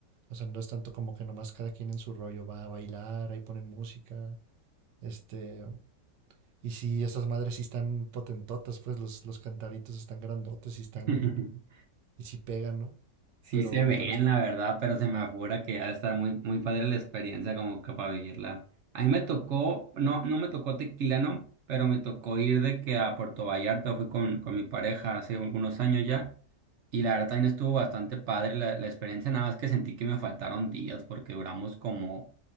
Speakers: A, on the right; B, on the right.
A: O sea, no es tanto como que nomás cada quien en su rollo va a bailar, ahí ponen música. Este, y si esas madres sí están potentotas, pues los, los cantaritos están grandotes y están,
B: <laughs>
A: y sí pegan, ¿no?
B: Sí
A: Pero,
B: se ven,
A: pero sí,
B: la verdad, pero se me afigura que ha de estar muy, muy padre la experiencia como que para vivirla. A mí me tocó, no, no me tocó tequila, no, pero me tocó ir de que a Puerto Vallarta fui con, con mi pareja hace algunos años ya. Y la verdad también estuvo bastante padre la, la experiencia, nada más que sentí que me faltaron días porque duramos como